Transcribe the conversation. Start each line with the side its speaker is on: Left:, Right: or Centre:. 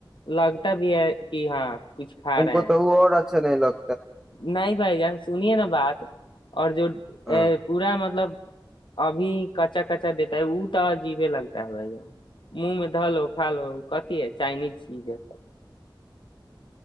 Left: لگ پ بھی ہے کہ ہاں کچھ کھا
Centre: ہم
Left: رہے
Centre: کو
Left: ہیں
Centre: تو وہ اور اچھا نہیں لگ
Left: نہیں بھائی جان سنیے نا بات اور جو
Centre: ہاں
Left: پورا مطلب ابھی کچا کچا دیتا ہے وہ تو عجیبے لگتا ہے بھائی منہ میں تو ڈھلو فالو کتی ہے چائنیز چیز ہے سب